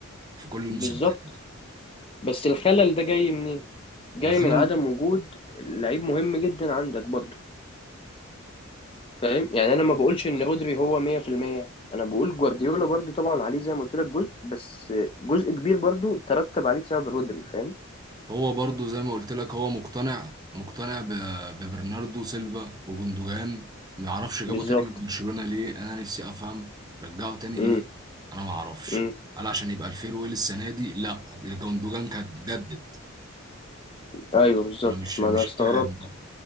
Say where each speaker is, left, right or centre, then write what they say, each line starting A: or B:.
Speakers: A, on the right (about 20°); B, on the left (about 25°).
A: في كل المسابقات
B: بالظبط بس الخلل ده جاي منين؟ جاي
A: الخلل
B: من عدم وجود لعيب مهم جدا عندك برضه فاهم؟ يعني انا ما بقولش ان رودري هو 100% انا بقول جوارديولا برضه طبعا عليه زي ما قلت لك جزء بس جزء كبير برضه ترتب عليه بسبب رودري فاهم؟
A: هو برضو زي ما قلت لك هو مقتنع مقتنع ب- ببرناردو سيلفا وجندوجان ما اعرفش جابوا
B: بالظبط
A: تاني من برشلونة ليه انا نفسي افهم رجعوا تاني
B: امم
A: ليه انا ما اعرفش
B: امم
A: هل عشان يبقى الفيرويل السنة دي لا جندوجان كان جدد
B: ايوه بالظبط
A: انا مش
B: ما
A: مش
B: انا استغربت
A: فاهم